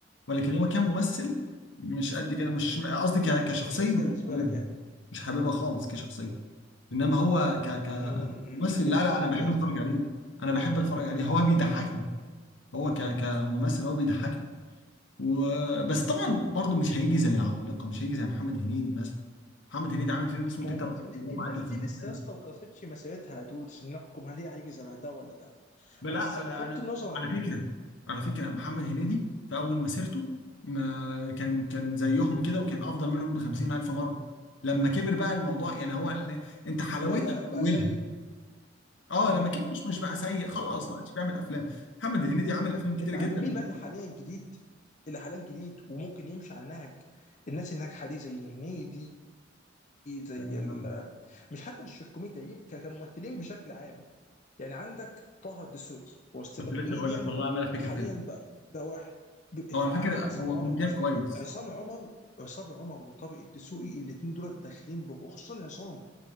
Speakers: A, on the left; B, on the left.
A: ولكن هو كممثل مش قد كده مش قصدي ك- كشخصيه
B: مش قد كده
A: مش
B: بالنسبه
A: حاببها
B: لك يعني
A: مش حاببها خالص كشخصيه انما هو ك كممثل
B: امم فهمت
A: لا لا
B: فهمت
A: انا بحب
B: قصدك
A: اتفرج عليه انا بحب اتفرج عليه هو بيضحكني هو ك كممثل هو بيضحكني و... بس طبعا برضو مش هيجي زي العمالقه مش هيجي زي محمد هنيدي مثلا محمد هنيدي عامل فيلم اسمه
B: ما
A: تيتا
B: هو برضه
A: رهيب
B: ال-
A: وهو
B: الناس
A: معدي ال
B: دي
A: 50
B: لسه
A: سنه
B: يا اسطى ما خلصتش مسيرتها يا دود عشان نحكم هل هي هيجي زي ده ولا ده
A: بل
B: بس
A: لا
B: بغض
A: انا
B: النظر عن
A: على فكره
B: دول
A: على فكره محمد هنيدي في اول مسيرته ما كان كان زيهم كده وكان افضل منهم ب 50 الف مره لما كبر بقى الموضوع يعني هو ال- انت حلاوتها
B: بقى,
A: في اولها
B: بقى سيء
A: اه
B: امم
A: لما كبر مش مش بقى سيء خلاص ما عادش بيعمل افلام محمد هنيدي عامل افلام كتير
B: انت
A: جدا
B: عارف مين بقى اللي حاليا جديد اللي حاليا جديد وممكن يمشي على نهج الناس الناجحه دي زي هنيدي زي
A: آه،
B: ال مش حتى مش الكوميديا ي- ك- كممثلين بشكل عام يعني عندك طه الدسوقي هو ستاند
A: كنت
B: اب
A: لسه
B: كوميديان
A: هقول لك والله عمال افتكر
B: حاليا
A: فيلم
B: بقى بقى واحد ب-
A: هو على فكره
B: عندك عصام
A: هو
B: عمر
A: كوميديان
B: عصام
A: كويس
B: عصام عمر عصام عمر وطارق الدسوقي الاثنين دول داخلين بخ- خصوصا عصام